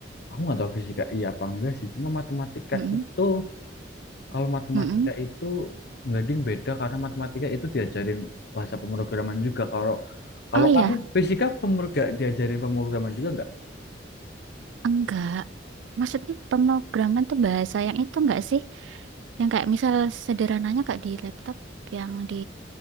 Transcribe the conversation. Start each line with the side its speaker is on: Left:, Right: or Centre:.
Left: Aku nggak tahu fisika iya apa enggak sih. Cuma matematika
Right: mm-mm,
Left: itu kalau matematika
Right: mm-mm.
Left: itu nggak ding beda karena matematika itu diajarin bahasa pemrograman juga. Kalau kalau
Right: Oh ya,
Left: kamu fisika pemrogra diajarin pemrograman juga nggak?
Right: Enggak. Maksudnya pemrograman tuh bahasa yang itu enggak sih? Yang kayak misal sederhananya kayak di laptop yang di